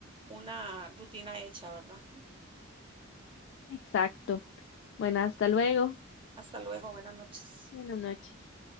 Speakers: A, on the right; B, on the left.
A: una rutina hecha, ¿verdad?
B: Exacto. Bueno, hasta luego.
A: Hasta luego, buenas noches.
B: Buenas noches.